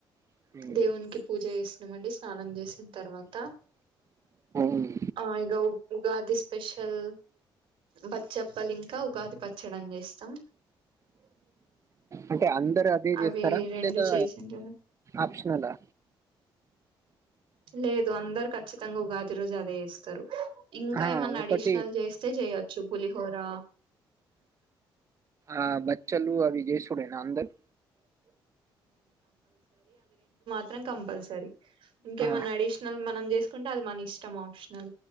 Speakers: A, on the right (about 35°); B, on the right (about 70°).
A: కదా మ్,
B: దేవునికి పూజ చేసినమండి స్నానం చేసిన తర్వాత
A: మ్.
B: ఆ ఇగ ఉగాది స్పెషల్ బచ్చప్పలు ఇంకా ఉగాది పచ్చడం చేస్తాం
A: అంటే అందరు అదే
B: అవి
A: చేస్తారా
B: రెండు
A: లేదా
B: చేసిండ్ర
A: ఆప్షనలా
B: లేదు అందరు ఖచ్చితంగా ఉగాది రోజు అదే చేస్తరు ఇంకా
A: ఆ
B: ఏమన్నా
A: ఒకటి
B: అడిషనల్ చేస్తే చేయొచ్చు పులి పోరా
A: ఆ బచలులు అవి జసుడే అందరు
B: అం కంపల్సర ఇంకేమన్నా
A: ఆ
B: అడిషనల్ మనం చేస్తే ంటే అది మన ఇష్టం ఆప్షన్